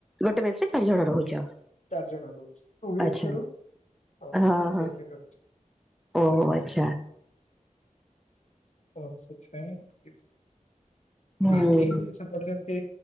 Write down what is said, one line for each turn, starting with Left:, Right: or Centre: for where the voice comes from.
Centre: ଗୋଟେ ମେସରେ ଚାରି ଜଣ ରହୁଛ?
Left: ଚାରି ଜଣ ରହୁଚୁ, ପ୍ରୋଭିଏସ୍
Centre: ଆଚ୍ଛା
Left: କରୁ ଆଉ
Centre: ହଁ ହଁ
Left: ସେଥିରେ ରହୁଛି।
Centre: ଓହୋ ଆଚ୍ଛା।
Left: ତ ସେଥିପାଇଁ
Centre: ହୁଁ
Left: ବାକି ସବୁଠି ଯେମତି